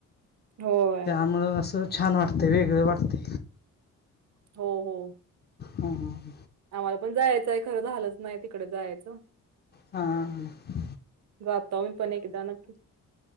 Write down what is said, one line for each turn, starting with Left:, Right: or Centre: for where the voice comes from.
Right: होय
Left: त्यामुळं अस तर छान वाटते वेगळं वाटते
Right: हो हो
Left: हो ह
Right: आम्हाला पण जायचं आहे खरं झालंच नाही तिकडे जायचं
Left: हा ह
Right: रात पणे कद ना